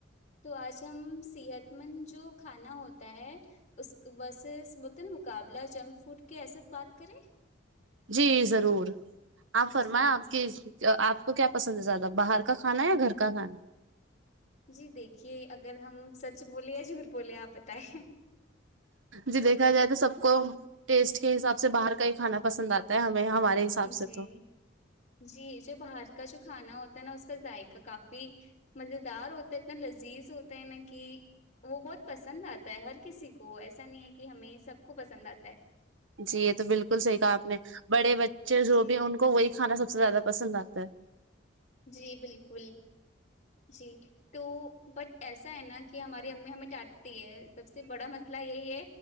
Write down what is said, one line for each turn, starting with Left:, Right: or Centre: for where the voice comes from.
Left: تو آج ہم صحت مند جو کھانا ہوتا ہے اس وسے بولتے نا مقابلہ جنک فوڈ کی ایسے بات کریں
Right: جی ضرور آپ فرمائیں
Left: جی
Right: آپ کی آپ کو کیا پسند ہے زیادہ باہر کا کھانا یا گھر کا کھانا
Left: جی دیکھیے اگر ہم سچ بولے یا جھوٹ بولے آپ بتائیں
Right: جی دیکھا جائے تو سب کو ٹیسٹ کے حساب سے باہر کا ہی کھانا پسند آتا ہے ہمیں ہمارے حساب
Left: جی
Right: سے تو
Left: جی جو باہر کا جو کھانا ہوتا ہے نا اس کا ذائقہ کافی مزیدار ہوتا ہے اتنا لذیذ ہوتا ہے نا کی وہ بہت پسند آتا ہے ہر کسی کو ایسا نہیں ہے کہ ہمیں سب کو پسند آتا ہے
Right: جی یہ تو بالکل صحیح کہا آپ نے بڑے بچے جو
Left: جی
Right: بھی ان کو وہی کھانا سب سے زیادہ پسند آتا ہے
Left: جی بالکل جی تو بٹ ایسا ہے نا کہ ہماری امی ہمیں ڈانٹتی ہے سب سے بڑا مسلہ یہی ہے